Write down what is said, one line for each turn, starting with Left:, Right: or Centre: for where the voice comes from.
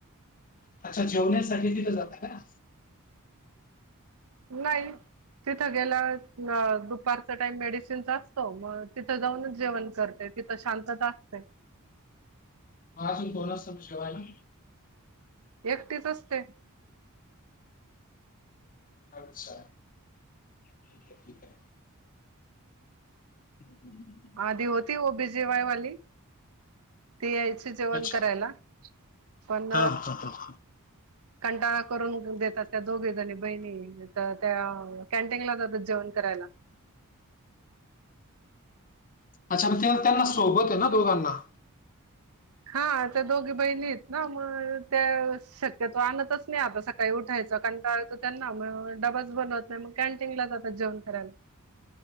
Left: अच्छा जेवण्यासाठी तिथं जाता का?
Right: नाही. तिथं गेल्यवर दुपारचा टाइम मेडिसिनचा असतो, मग तिथं जाऊनच जेवण करतेत. तिथ शांतता असते.
Left: आजून कोण असत जेवायला?
Right: एकटीच असते.
Left: अच्छा. ठीक आहे ठीक आहे. <inaudible>
Right: आधी होती ओ बी जी वाय वाली ती यायची जेवण
Left: अच्छा
Right: करायला पण
Left: हा हा हा
Right: कंटाळा करून देतात त्या दोघी जणी बहिणी ये तर त्या कॅन्टीन ला जातात जेवण करायला.
Left: अच्छा म त्यो त्यो न सोबत हे ना दोघांना?
Right: हा त्या दोघी बहिणी हेत ना म त्या शक्यतो आणतच नाही आता सकाळी उठायचा कंटाळा येतो त्यांना म डबाच बनवत नाही, मग कॅन्टीन ला जातात जेवन करायला.